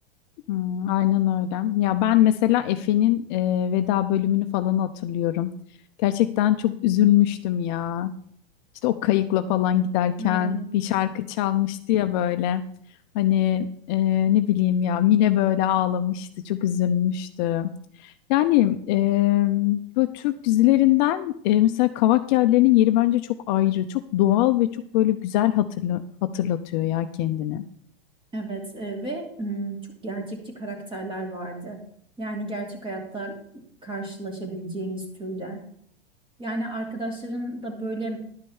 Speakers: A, on the left; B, on the right.
A: Hmm, aynen öyle. Ya ben mesela Efe'nin e, veda bölümünü falan hatırlıyorum. Gerçekten çok üzülmüştüm ya. İşte o kayıkla falan giderken
B: Evet.
A: bir şarkı çalmıştı ya böyle. Hani e, ne bileyim ya Mine böyle ağlamıştı, çok üzülmüştü. Yani e, böyle Türk dizilerinden e, mesela Kavak Yellerinin yeri bence çok ayrı, çok doğal ve çok böyle güzel hatırla hatırlatıyor ya kendini.
B: Evet e, ve hmm, çok gerçekçi karakterler vardı. Yani gerçek hayatta karşılaşabileceğimiz türden. Yani arkadaşların da böyle